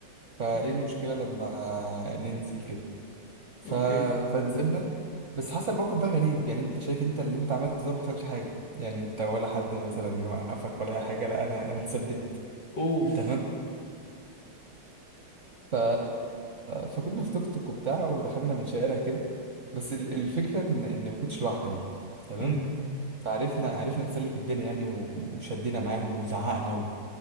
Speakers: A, on the right; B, on the left.
A: فايه
B: مم.
A: المشكلة لما ننزل كده ف...
B: <laughs> اوكي
A: فنزلنا بس حصل موقف بقى غريب يعني انت شايف انت اللي انت عملته ده ما حصلش حاجة يعني انت ولا حد مثلا وقفك ولا اي حاجة لا انا انا اتثبت
B: اوف
A: تمام <laughs> ف... فكنا في توك توك وبتاع ودخلنا من شارع كده بس ال- الفكرة ان ان ما كنتش لوحدي تمام
B: مم.
A: فعرفنا عرفنا نسلك الدنيا يعني و- وشدينا معاهم وزعقنا و...